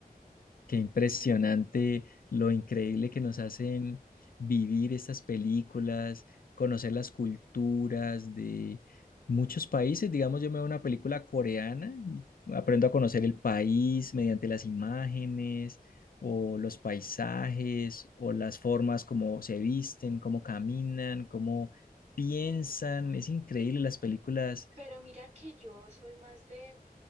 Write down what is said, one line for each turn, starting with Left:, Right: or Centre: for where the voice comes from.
Left: Qué impresionante lo increíble que nos hacen vivir estas películas, conocer las culturas de muchos países. Digamos, yo me veo una película coreana y aprendo a conocer el país mediante las imágenes o los paisajes o las formas como se visten, cómo caminan, cómo piensan. Es increíble las películas.
Right: Pero mira que yo soy más de